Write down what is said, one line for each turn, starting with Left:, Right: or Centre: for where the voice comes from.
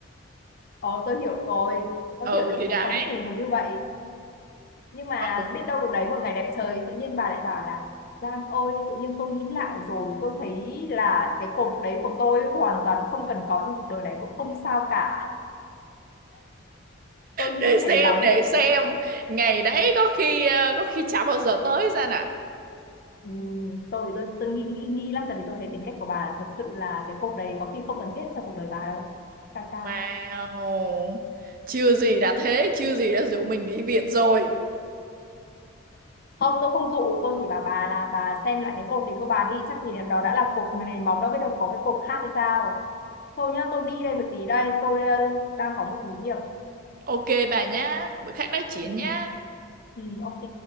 Left: ồ tôi hiểu rồi tôi
Right: Ừ
Left: hiểu tại vì
Right: thì
Left: cũng
Right: đấy.
Left: có rất nhiều người như vậy nhưng mà
Right: Ừ.
Left: biết đâu được đấy một ngày đẹp trời tự nhiên bà lại bảo là Giang ơi tự nhiên tôi nghĩ lại rồi tôi thấy là cái cột đấy của tôi hoàn toàn không cần có trong cuộc đời này cũng không sao cả tôi nghĩ
Right: để xem
Left: thế lắm
Right: để xem ngày đấy có khi ờ, có khi chả bao giờ tới ra nè
Left: ừ, tôi thì tôi tôi nghi nghi nghi lắm tại vì tôi thấy tính cách của bà thật sự là cái cột đấy có khi không cần thiết trong cuộc đời bà đâu ca ca
Right: wow chưa gì đã thế chưa gì đã rủ mình nghỉ việc rồi
Left: Không, tôi không dụ, tôi chỉ bảo bà là bà xem lại cái cột thì của bà đi, chắc gì đó đã là cột mà này móng đâu biết được có cái cột khác hay sao. Thôi nhá, tôi đi đây một tí đây, tôi ờ, đang có một tí việc.
Right: ok bà nhá bữa khác nói chuyện
Left: Ừ,
Right: nhá
Left: ừ, ok.